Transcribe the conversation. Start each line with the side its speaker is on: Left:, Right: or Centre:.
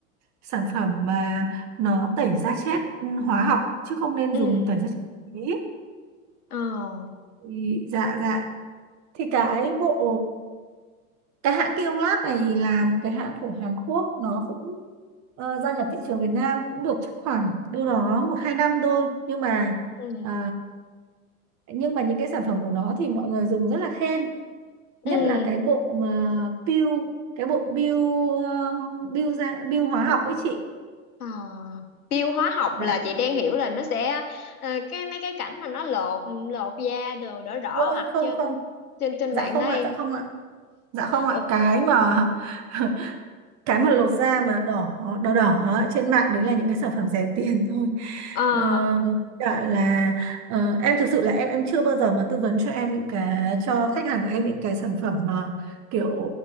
Right: sản phẩm mà nó tẩy da chết ừ, hóa học chứ không nên
Left: Ừ.
Right: dùng tẩy da chết ý.
Left: Ờ.
Right: Ý, dạ dạ thì cái bộ cái hãng Kionlab này là một cái hãng của Hàn Quốc nó cũng ờ, gia nhập thị trường Việt Nam cũng được chắc khoảng đâu đó một hai năm thôi nhưng mà
Left: Ừ.
Right: ờ, nhưng mà những cái sản phẩm của nó thì mọi người dùng rất là khen
Left: Ừ.
Right: nhất là cái bộ mà peel cái bộ peel ờ, peel ra peel hóa học ấy chị
Left: Ờ, tiêu hóa học
Right: dạ
Left: là chị đang hiểu là nó sẽ ờ, cái mấy cái cảnh mà nó lột lột da đồ đỏ đỏ
Right: ôi
Left: mặt
Right: không
Left: trên
Right: không
Left: trên trên
Right: dạ
Left: mạng
Right: không
Left: hả
Right: ạ
Left: em?
Right: dạ không ạ dạ không ạ
Left: Ồ,
Right: cái mà <laughs> cái mà lột da mà đỏ đỏ đỏ ấy, trên mạng đấy là những cái sản phẩm rẻ tiền thôi
Left: ờ,
Right: ờ, cả là ờ, em thực sự là em em chưa bao giờ mà tư vấn cho em những cái cho khách hàng của em những cái sản phẩm mà kiểu